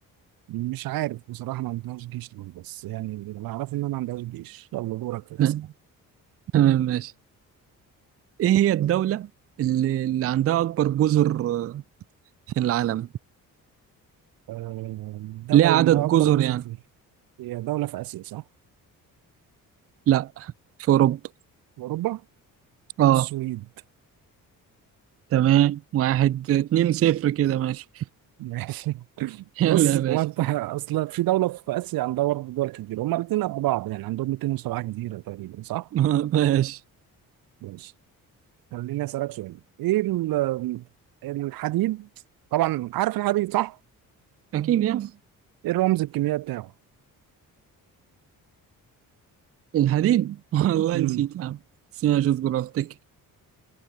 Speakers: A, on the right; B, on the right.
A: مش عارف بصراحه ما عندهاش جيش ليه بس يعني اللي اعرفه ان ما عندهاش جيش يلا دورك في الاسئله
B: لا، تمام ماشي إيه هي الدولة اللي, اللي عندها أكبر جزر آه، في العالم؟
A: آه، الدوله
B: ليه
A: اللي
B: عدد
A: عندها اكبر
B: جزر
A: جزر
B: يعني؟
A: في هي دوله في اسيا صح؟
B: لا في أوروبا
A: في اوروبا
B: آه
A: السويد
B: تمام واحد اتنين صفر كده ماشي
A: <laughs> ماشي
B: <laughs> يلا
A: بص
B: يا
A: ما
B: باشا
A: انت
B: خد.
A: اصلا في دوله في اسيا عندها برضه دول كتير هما الاثنين قد بعض يعني عندهم 207 جزيره تقريبا صح؟
B: <laughs> ماشي
A: ماشي خليني اسالك سؤال ايه ال- الحديد طبعا عارف الحديد صح؟
B: أكيد يعني
A: ايه الرمز الكيميائي بتاعه؟
B: الحديد <laughs> والله
A: مم.
B: نسيت يا عم بس ماشي اصبر أفتكر